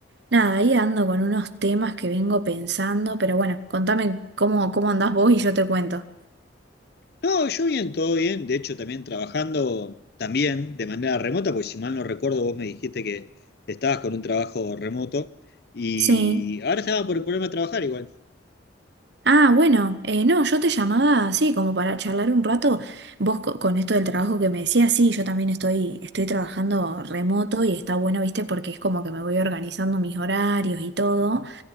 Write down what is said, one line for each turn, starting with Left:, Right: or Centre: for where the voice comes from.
Right: nada, ahí ando con unos temas que vengo pensando, pero bueno, contame cómo, cómo andás vos y yo te cuento.
Left: No, yo bien, todo bien. De hecho, también trabajando también de manera remota, porque si mal no recuerdo, vos me dijiste que estabas con un trabajo remoto y
Right: Sí.
Left: ahora estaba por ponerme a trabajar igual.
Right: Ah, bueno, eh, no, yo te llamaba así como para charlar un rato. Vos co- con esto del trabajo que me decías, sí, yo también estoy, estoy trabajando remoto y está bueno, viste, porque es como que me voy organizando mis horarios y todo.